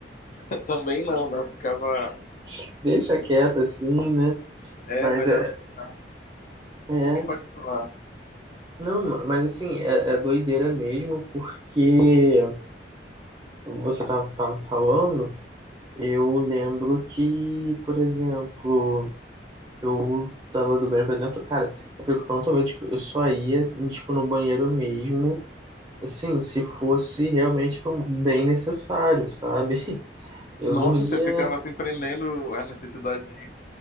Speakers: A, on the left; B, on the right.
A: <laughs> também não, né? Ficava,
B: <laughs> Deixa
A: ficava-
B: quieto assim, né?
A: é
B: Mas
A: melhor
B: é,
A: deixar.
B: é.
A: Mas pode falar.
B: Não, ma- mas assim, é, é doideira mesmo, porque você tava, tava falando, eu lembro que, por exemplo, eu tava do banheiro, por exemplo, cara, eu fico tanto medo, tipo, eu só ia, tipo, no banheiro mesmo, assim, se fosse realmente, tipo, bem necessário, sabe? <laughs> Eu
A: Nossa,
B: não ia.
A: você ficava assim prendendo a necessidade de ir.